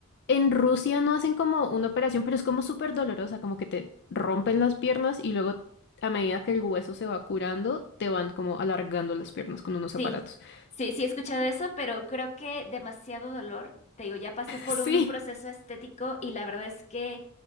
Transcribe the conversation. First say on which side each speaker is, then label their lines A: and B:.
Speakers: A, on the left (about 50°); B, on the left (about 30°).
A: En Rusia no hacen como una operación, pero es como súper dolorosa, como que te rompen las piernas y luego a medida que el hueso se va curando, te van como alargando las piernas con unos
B: Sí,
A: aparatos. <laughs>
B: sí, sí he escuchado eso, pero creo que demasiado dolor. Te digo, ya pasé por
A: Sí,
B: un proceso estético y la verdad es que